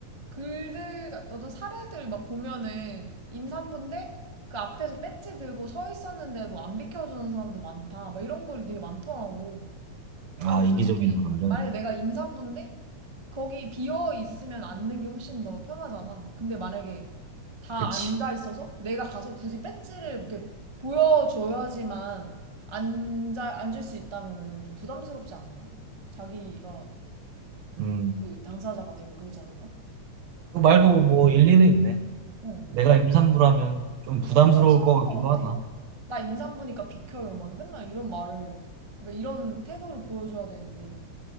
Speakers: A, on the right (about 20°); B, on the right (about 65°).
A: 글들, 같- 어떤 사례들 막 보면은 임산부인데 그 앞에서 배지 들고 서 있었는데도 안 비켜주는 사람도 많다. 막 이런 글이 되게 많더라고.
B: 아,
A: 그래서 솔직히
B: 이기적인 사람들.
A: 만약에 내가 임산부인데 거기 비어 있으면 앉는 게 훨씬 더 편하잖아. 근데 만약에 다
B: 그치.
A: 앉아 있어서 내가 가서 굳이 배지를 이렇게 보여줘야지만 앉아, 앉을 수 있다면은 좀 부담스럽지 않을까? 자기가
B: 음,
A: 그 당사자가 되면 그러지 않을까?
B: 그 말도 뭐 일리는 있네.
A: 응.
B: 내가 임산부라면 좀 부담스러울
A: 좀 부담스러울
B: 것
A: 것
B: 같기도
A: 같아.
B: 하다.
A: 나 임산부니까 비켜요. 막 맨날 이런 말을, 그러니까 이런 태도를 보여줘야 되는데,